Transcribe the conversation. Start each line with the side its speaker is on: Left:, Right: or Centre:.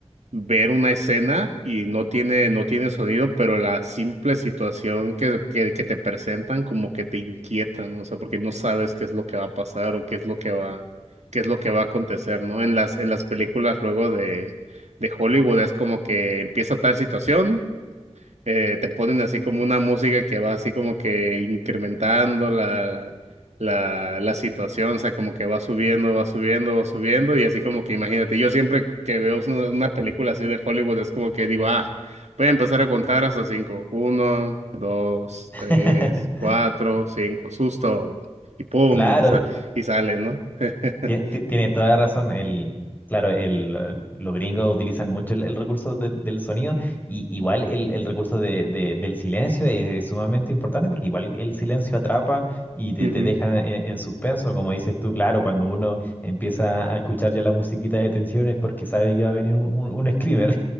Right: ver una escena y no tiene, no tiene sonido, pero la simple situación que, que, que te presentan como que te inquieta, ¿no? O sea, porque no sabes qué es lo que va a pasar o qué es lo que va, qué es lo que va a acontecer, ¿no? En las, en las películas luego de, de Hollywood es como que empieza tal situación eh, te ponen así como una música que va así como que incrementando la, la, la situación, o sea, como que va subiendo, va subiendo, va subiendo, y así como que imagínate, yo siempre que veo una, una película así de Hollywood es como que digo, ah, voy a empezar a contar hasta cinco, uno, dos,
Left: <laughs>
Right: tres, cuatro, cinco, susto, y pum,
Left: Claro,
Right: sa- y sale, ¿no? <laughs>
Left: Tie- ti- Tiene, toda la razón. El, claro, el, eh, los gringos utilizan mucho el, el recurso del, del sonido y igual el, el recurso de, de- del silencio es, sumamente importante porque igual el silencio atrapa y te,
Right: Ujú.
Left: te deja en, en suspenso, como dices tú, claro, cuando uno empieza a escuchar ya la musiquita de tensión es porque sabe que va a venir un, un, un screamer.